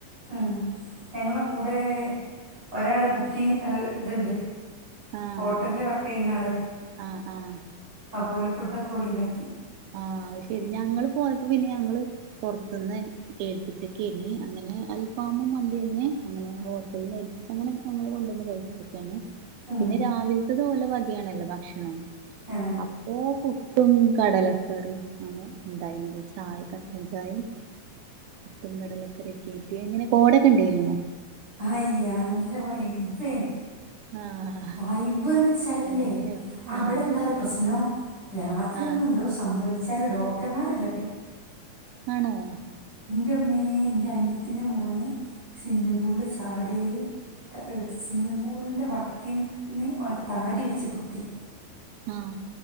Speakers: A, on the right; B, on the right.
A: ഉം. ഞങ്ങളെ കൂടെ ഒരാള് കുക്കിങ് അ ഇതുണ്ട്
B: ആഹ്
A: ഹോട്ടലില് വർക്ക് ചെയ്യണ ആള്
B: ആഹ് ആഹ്
A: അപോലെ ഫുഡ് ഒലുണ്ടാക്കി
B: ആ ശെരി ഞങ്ങള് പോയപ്പോ പിന്നെ ഞങ്ങള് പുറത്തുന്ന് ഏൽപ്പിച്ചക്കെനി അങ്ങനെ അങ്ങനെ അൽഫാമും മന്തി തന്നെ അങ്ങനെ ഹോട്ടലിൽ നിന്ന്ലച്ച് അങ്ങനെക്കെ നമ്മൾ കൊണ്ടുവന്ന് കഴിച്ചക്കെണ്
A: ഉം.
B: പിന്നെ രാവിലത്തതോല വകയാണല്ലോ ഭക്ഷണം
A: ആ
B: അപ്പോ പുട്ടും കടലൊക് കറി ആണ് ഉണ്ടായിര്ന്നത് ചായ കട്ടൻ ചായെം. പുട്ടും കടലക്കറീക്കെയായിട്ട്. എങ്ങനെ കോടക്കെ ഉണ്ടേയിനോ?
A: അയ്യല്ല വൈബേന്.
B: ആഹ്
A: വൈബ്ന്ന് വച്ചാലില്ലേ
B: നല്ല
A: അവിടെന്താറയൊ
B: ആഹ്
A: പ്രശ്നം? രാത്രിയൊന്നും
B: ആഹ്
A: എന്തോ സംഭവിച്ചാല് ഡോക്ടർമാരല്ലട്ടോ
B: ആണോ?
A: ൻ്റമ്മേ ൻ്റെ അനിയത്തിൻ്റെ മോന് സ്വിമ്മിങ് പൂളിൽ ചാടിയല് സ്വിമ്മിംഗ പൂളിന്റെ വക്കിന് ഓന്റെ താടി വെച്ച് കുത്തി
B: ആഹ്